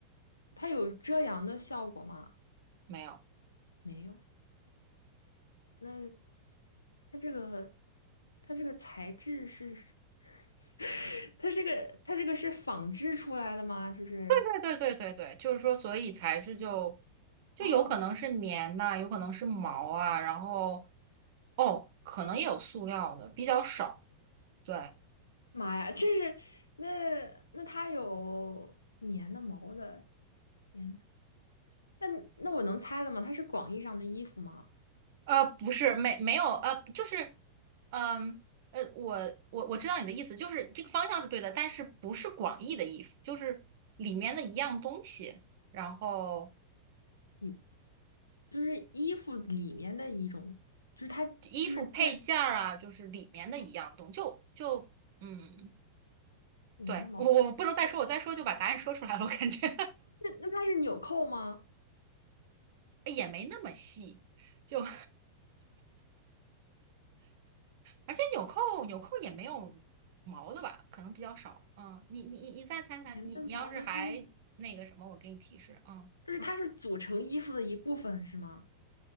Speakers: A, on the left; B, on the right.
A: 它有遮阳的效果吗？
B: 没有，
A: 没有。那它这个，它这个材质是，<laughs> 它这个，它这个是纺织出来的吗？就是，
B: 对对对对对，就是说，所以材质就就有可能是棉呐、
A: 哦，
B: 有可能是毛啊，然后哦，可能也有塑料的，比较少。对，
A: 妈呀，这是那那它有棉的、毛的、棉的。那那我能猜了吗？它是广义上的衣服吗？
B: 呃，不是，没没有，呃，就是，嗯，呃，我我我知道你的意思，就是这个方向是对的，但是不是广义的衣服，就是里面的一样东西，然后
A: 你就是衣服里面的一种，就是它就是它的
B: 衣服配件儿啊，就是里面的一样东就就嗯，
A: 啊棉的毛，
B: 对，我我不能再说，我再说就把答案说出来了，我感觉
A: 那那它是纽扣吗？
B: <laughs> 也没那么细，就 <laughs> 而且纽扣纽扣也没有毛的吧，可能比较少。嗯，你你你再猜猜，
A: 棉的毛的，
B: 你你要是还那个什么，
A: 就是
B: 我给你提示。嗯，
A: 就是它是组成衣服的一部分是吗？